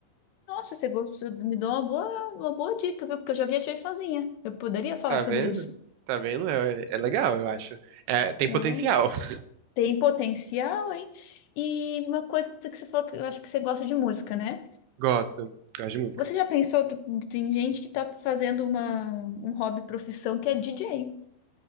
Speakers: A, on the left; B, on the right.
A: Nossa, você gostou, me deu uma boa, uma boa dica, viu? Porque eu já viajei sozinha. Eu poderia falar
B: Tá
A: sobre
B: vendo?
A: isso.
B: Tá vendo? É, é legal, eu acho. É, tem
A: Então,
B: potencial. <laughs>
A: tem potencial, hein? E uma coisa que você falou que eu acho que você gosta de música, né?
B: Gosto. Gosto de música.
A: Você já pensou, tu- tem gente que tá fazendo uma, um hobby profissão que é DJ.